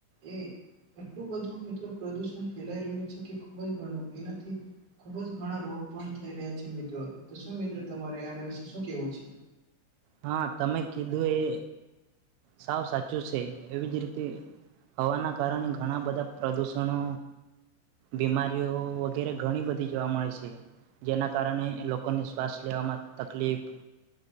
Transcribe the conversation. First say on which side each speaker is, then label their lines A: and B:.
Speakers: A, on the right; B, on the right.
A: એ એટલું બધું મિત્રો પ્રદુષણ ફેલાઈ રહ્યું છે કે ખૂબ જ ઘણું એનાથી ખૂબ જ ઘણા રોગ પણ થઈ રહ્યા છે મિત્રો તો શું મિત્ર તમારે આના વિશે શું કેવું છે?
B: હા તમે કીધું એ સાવ સાચું છે. એવી જ રીતે હવાના કારણે ઘણા બધા પ્રદૂષણો બીમારીઓ વગેરે ઘણી બધી જોવા મળે છે જેના કારણે લોકોને શ્વાસ લેવામાં તકલીફ